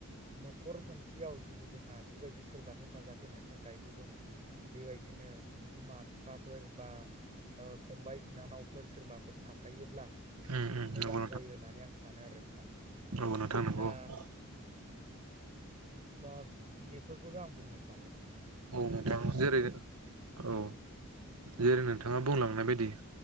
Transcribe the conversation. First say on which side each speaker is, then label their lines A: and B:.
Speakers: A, on the right; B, on the right.
A: न'खर मोनसेयाव जुदि जोंहा बिबायदि सोरबा हेफाजाब होनो थाखाय गुबुन बेबाय दिनो बिमा फिफाफोर बा ओ‌ फंबाय बिनानावफोर सोरबाफोर थाफायोब्ला
B: उम उम
A: मोजां
B: नंगौ
A: जायो होननानै आं सानो आरो नोंथां।
B: औ नोथां नोंगौ
A: दा
B: औ
A: दा बेफोरखौनो आं बुंनो सानो
B: औ नोंथां
A: दा
B: जेरै
A: नों
B: औ जेरै नोंथाङा बुंलांनाय बायदि